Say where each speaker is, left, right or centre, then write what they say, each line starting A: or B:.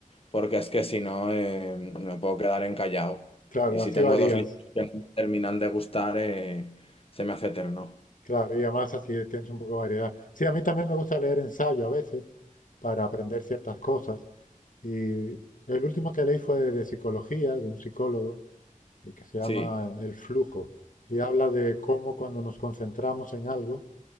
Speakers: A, on the left; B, on the left.
A: Porque es que si no, eh, me puedo quedar encallado.
B: Claro,
A: Y si
B: así
A: tengo
B: varía.
A: dos libros que no me terminan de gustar, eh, se me hace eterno.
B: Claro, y además así tienes un poco de variedad. Sí, a mí también me gusta leer ensayo a veces para aprender ciertas cosas. Y el último que leí fue de psicología, de un psicólogo, eh, que se llama
A: Sí,
B: El Flujo, y habla de cómo cuando nos concentramos en algo,